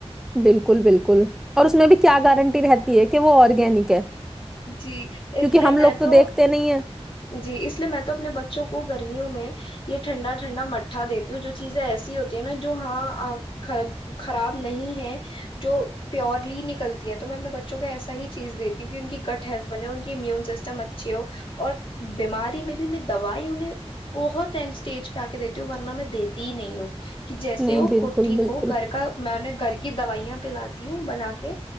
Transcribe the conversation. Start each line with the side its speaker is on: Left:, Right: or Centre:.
Centre: بالکل بالکل اور اس میں بھی کیا گارنٹی رہتی ہے کہ وہ آرگینک ہے
Left: جی
Centre: کیونکہ
Left: اس لیے
Centre: ہم لوگ
Left: میں تو
Centre: دیکھتے نہیں ہیں
Left: جی اس لیے میں تو اپنے بچوں کو گرمیوں میں یہ ٹھنڈا ٹھنڈا مٹھا دیتی ہوں جو چیزیں ایسی ہوتی ہے نا جو ہاں خراب نہیں ہے جو پیورلی ن <inaudible> کرلتی ہیں تو میں اپنے بچوں کو ایا ہی چیز دیتی ہوں کہ ان کی <unintelligible> ک ہیلتھ بنے ہو ان کی امیون سسٹم اچھی ہو اور <inaudible> بیماری میں بھی میں دوائی انہیں بہت این اسٹیج پہ آ کے دیتی ہوں ورنہ میں دیتی ہی نہیں ہوں کہ جیسے
Centre: نہیں
Left: وہ
Centre: بالکل
Left: خود ٹھیک
Centre: بالکل
Left: ہو گھر کا میں انیں گھر کی <inaudible> کی دوائیاں پلاتی ہوں بنا کے